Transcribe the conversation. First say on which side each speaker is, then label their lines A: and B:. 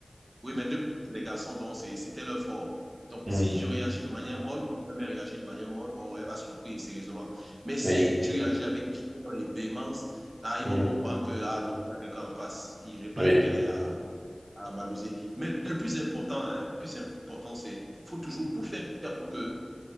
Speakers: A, on the right; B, on the right.
A: oui, mais deux, c'est des garçons, donc c'était leur fort. Donc,
B: mhm,
A: si je réagis de manière molle, ou ma mère réagit de manière molle, oh, elle va souffrir sérieusement. Mais si
B: Oui,
A: tu réagis avec vigueur et véhémence, là, ils
B: mhm,
A: vont comprendre que, ah non, il y a quelqu'un en face, je n'ai pas
B: oui,
A: intérêt à, à m'amuser. Mais le plus important, hein, le plus important, c'est il faut toujours tout faire pour que